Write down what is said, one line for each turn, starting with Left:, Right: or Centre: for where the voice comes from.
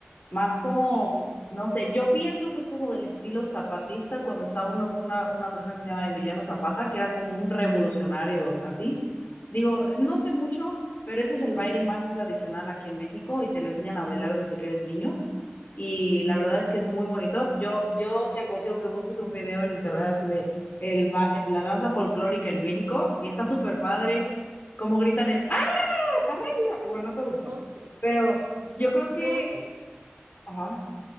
Left: más como,
Right: Sí.
Left: no sé, yo pienso que es como del estilo zapatista cuando estaba uno- una, una persona que se llama Emiliano Zapata, que era como un revolucionario así. Digo, no sé mucho, pero ese es el baile más tradicional aquí en México y te lo enseñan a bailar desde que eres niño. Y la verdad es que es muy bonito. Yo, yo te aconsejo que busques un video en internet así de el ba- la danza folclórica en México y está súper padre cómo gritan el ¡Ah,
Right: <laughs>
Left: arriba! Y bueno, todo eso.
Right: Ok.
Left: Pero yo
Right: Lo,
Left: creo que,
Right: lo voy.
Left: ajá,